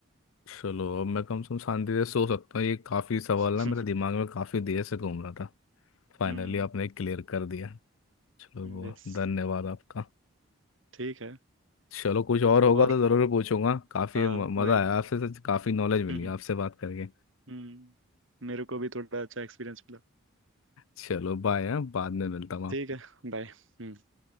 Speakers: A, on the left; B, on the right.
A: चलो अब मैं कम से कम शांति से सो सकता हूँ ये काफ़ी सवाल
B: <laughs>
A: ना मेरे दिमाग में काफ़ी देर से घूम रहा था फाइनली
B: हम्म
A: आपने क्लियर कर दिया चलो वो
B: यस
A: धन्यवाद आपका
B: ठीक है
A: चलो कुछ और होगा
B: और
A: तो ज़रूर पूछूंगा काफ़ी
B: हाँ
A: म-
B: वही
A: मज़ा आया आपसे सच- काफ़ी नॉलेज मिली
B: हम्म
A: आपसे बात करके
B: हम्म मेरे को भी थोड़ा अच्छा एक्सपीरियंस मिला
A: चलो बाय हाँ बाद में मिलता हूँ
B: ठीक है बाय हम्म